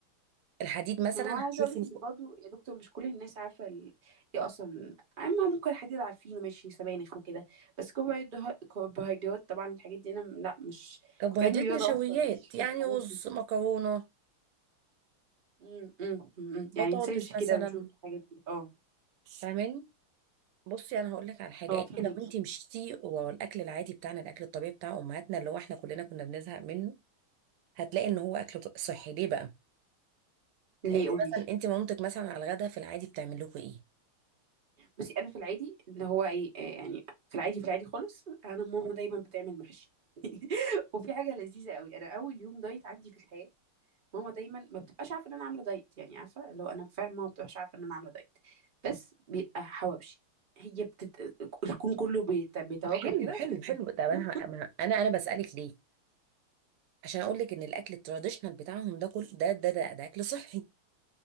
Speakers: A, on the right; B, on the right.
A: الحديد مثلا
B: ما هو عايزه
A: هشوف
B: اقول لك
A: الف-
B: ان برضه يا دكتور مش كل الناس عارفه ال... ايه اصلا اما ممكن حد يبقى عارفينه ماشي سبانخ وكده بس كربوهيدرا- كربوهيدرات طبعا الحاجات دي انا م- لا مش
A: كربوهيدرات
B: كنت علمي رياضه
A: نشويات
B: اصلا ماليش في
A: يعني
B: الحاجات
A: رز
B: دي
A: مكرونه
B: امم امم
A: بطاطس
B: يعني نسيرش كده
A: مثلا
B: ونشوف الحاجات دي اه
A: فاهماني بصي انا هقول لك على حاجه
B: اه
A: انت
B: فهمكي
A: لو انت مشيتي ورا الاكل العادي بتاعنا الاكل الطبيعي بتاع امهاتنا اللي هو احنا كلنا كنا بنزهق منه هتلاقي ان هو اكل ط- صحي ليه بقى
B: ليه
A: يعني انت
B: قولي
A: مثلا
B: لي
A: انت مامتك مثلا على الغدا في العادي بتعمل لكم ايه
B: بصي انا في العادي ان هو ايه إيه يعني في العادي في العادي خالص انا ماما دايما بتعمل محشي <laughs> وفي حاجه لذيذه قوي انا اول يوم دايت عندي في الحياه ماما دايما ما بتبقاش عارفه ان انا عامله دايت يعني عارفه لو انا فعلا ماما ما بتبقاش عارفه ان انا عامله دايت بس بيبقى حواوشي هي بتت... الكون كله بيت... بيتواكب
A: طب حلو
B: كده
A: حلو
B: <laughs>
A: حلو ده انا ه- أنا, انا انا بسالك ليه عشان اقول لك ان الاكل التراديشنال بتاعهم ده كل ده ده ده, ده اكل صحي